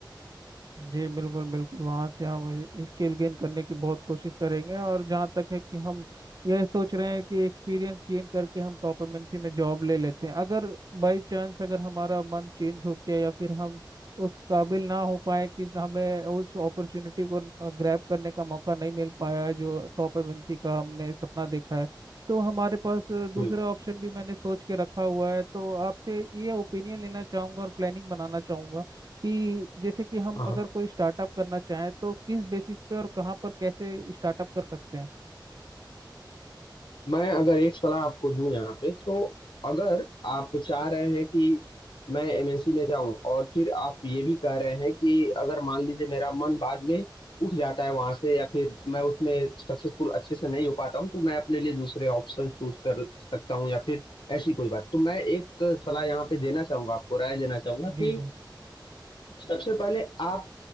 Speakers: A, on the right (about 50°); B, on the left (about 80°).
A: जी बिल्कुल बिल्कुल वहाँ से हम स्किल गेन करने की बहुत कोशिश करेंगे और जहाँ तक है कि हम यह सोच रहे हैं कि एक्सपीरियंस गेन करके हम टॉप एमएनसी में जॉब ले लेते हैं अगर बाई चांस अगर हमारा मन चेंज हो गया या फिर हम उस काबिल ना हो पाए कि हमें उस अपॉर्चुनिटी को ग्रैब करने का मौका नहीं मिल पाया है जो टॉप एमएनसी का हमने सपना देखा है तो हमारे पास दूसरा
B: बिल्कुल
A: ऑप्शन भी मैंने सोच के रखा हुआ है तो आपसे ये ओपिनियन लेना चाहूँगा और प्लानिंग बनाना चाहूँगा कि जैसे कि हम
B: हाँ
A: अगर
B: हाँ
A: कोई स्टार्टअप करना चाहें तो किस बेसिस पे और कहाँ पर कैसे स्टार्टअप कर सकते हैं
B: मैं अगर एक सलाह आपको दूं यहाँ पे तो अगर आप चाह रहे हैं कि मैं एमएनसी में जाऊं और फिर आप ये भी कह रहे हैं कि अगर मान लीजिए मेरा मन बाद में उठ जाता है वहां से या फिर मैं उसमें सक्सेसफुल अच्छे से नहीं हो पाता हूं तो मैं अपने लिए दूसरे ऑप्शन चूज कर सकता हूं या फिर ऐसी कोई बात तो मैं एक सलाह यहाँ पे देना चाहूंगा आपको राय देना चाहूंगा
A: जी
B: कि
A: जी
B: सबसे पहले आप